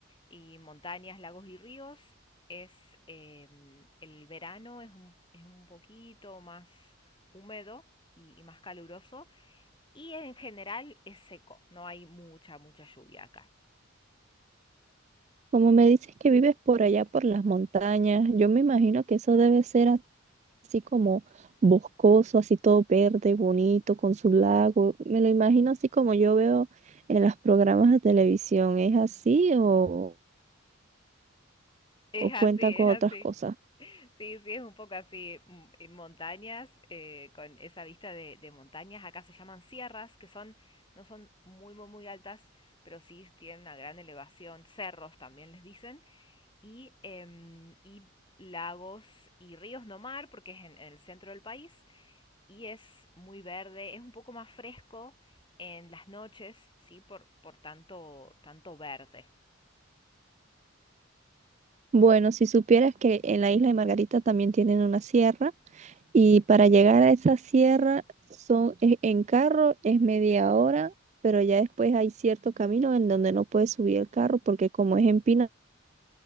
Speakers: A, on the left; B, on the right.
A: Y montañas, lagos y ríos es eh, el verano es un, es un poquito más húmedo y, y más caluroso y en general es seco, no hay mucha, mucha lluvia acá.
B: Como me dices que vives por allá, por las montañas, yo me imagino que eso debe ser así como boscoso, así todo verde, bonito, con su lago. Me lo imagino así como yo veo en los programas de televisión. ¿Es así o,
A: Es
B: o cuenta
A: así, es
B: con
A: así.
B: otras cosas?
A: Sí, sí, es un poco así, mm, eh, montañas, eh, con esa vista de, de montañas, acá se llaman sierras, que son, no son muy, muy, muy altas, pero sí tienen una gran elevación, cerros también les dicen, y, em, y lagos y ríos, no mar, porque es en, en el centro del país, y es muy verde, es un poco más fresco en las noches, sí, por, por tanto, tanto verde.
B: Bueno, si supieras que en la isla de Margarita también tienen una sierra y para llegar a esa sierra son, e- en carro es media hora, pero ya después hay cierto camino en donde no puedes subir el carro porque como es empinado,